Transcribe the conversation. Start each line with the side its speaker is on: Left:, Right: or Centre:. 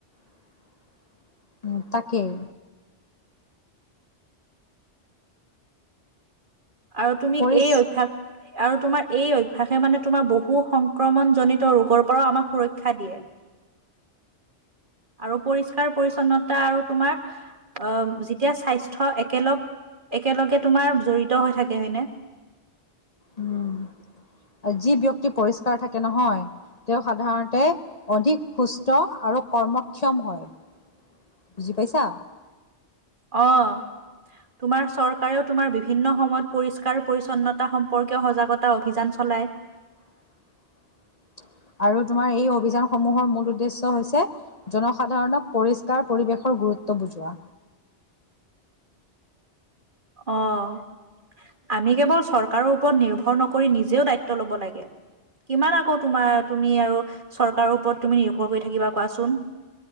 Left: <unintelligible> তাকেই
Right: আৰু তুমি
Left: পৰিচ
Right: এই অভ্যাস আৰু তোমাৰ এই অভ্যাসে মানে তোমাৰ বহু সংক্ৰমণ জনিত ৰোগৰ পৰাও আমাক সুৰক্ষা দিয়ে আৰু পৰিষ্কাৰ পৰিচ্ছন্নতা আৰু তোমাৰ আহ যেতিয়া স্বাস্থ্য একেলগ একেলগে তোমাৰ জড়িত হৈ থাকে হয়নে
Left: উম যি ব্যক্তি পৰিষ্কাৰ থাকে নহয় তেওঁ সাধাৰণতে অধিক সুস্থ আৰু কৰ্মক্ষম হয় বুজি পাইছা
Right: অহ তোমাৰ চৰকাৰেও তোমাৰ বিভিন্ন সময়ত পৰিষ্কাৰ পৰিচ্ছন্নতা সম্পৰ্কীয় সজাগতা অভিযান চলায়
Left: <unintelligible> আৰু তোমাৰ এই অভিযানসমূহৰ মূল উদ্দেশ্য হৈছে জনসাধাৰণক পৰিষ্কাৰ পৰিৱেশৰ গুৰুত্ব বুজোৱা
Right: অহ আমি কেৱল চৰকাৰৰ ওপৰত নিৰ্ভৰ নকৰি নিজেও দায়িত্ব লব লাগে কিমান আকৌ তোমাৰ তুমি আৰু চৰকাৰৰ ওপৰত তুমি নিৰ্ভৰ কৰি থাকিবা কোৱাচোন